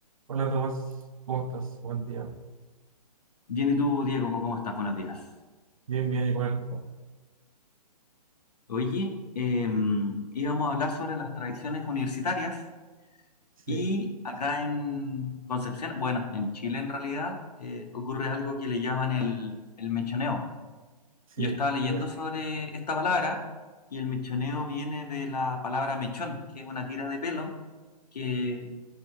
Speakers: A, on the right; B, on the left.
A: Hola Tomás, ¿cómo estás? Buen día.
B: Bien, ¿y tú, Diego? ¿Cómo estás? Buenos días.
A: Bien, bien, igual.
B: Oye, eh, íbamos a hablar sobre las tradiciones universitarias
A: Sí,
B: y acá en Concepción, bueno, en Chile en realidad, eh, ocurre algo que le llaman el, el mechoneo.
A: sí,
B: Yo estaba leyendo
A: bueno,
B: sobre esta palabra y el mechoneo viene de la palabra mechón, que es una tira de pelo que